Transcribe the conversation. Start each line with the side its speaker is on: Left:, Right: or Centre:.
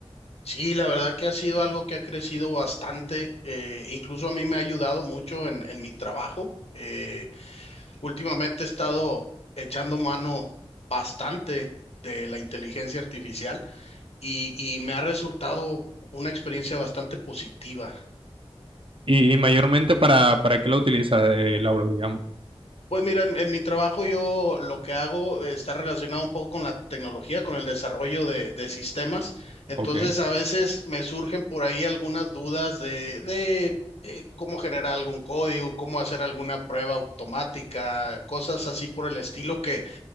Left: Sí, la verdad que ha sido algo que ha crecido bastante. eh, incluso a mí me ha ayudado mucho en, en mi trabajo. Eh, últimamente he estado echando mano bastante de la inteligencia artificial y, y me ha resultado una experiencia bastante positiva.
Right: Y, y mayormente para, para qué la utilizas, eh, Lauro, digamos.
Left: Pues mira, en, en mi trabajo yo lo que hago eh, está relacionado un poco con la tecnología, con el desarrollo de, de sistemas. Entonces
Right: Ok.
Left: a veces me surgen por ahí algunas dudas de, de, eh, cómo generar algún código, cómo hacer alguna prueba automática, cosas así por el estilo que,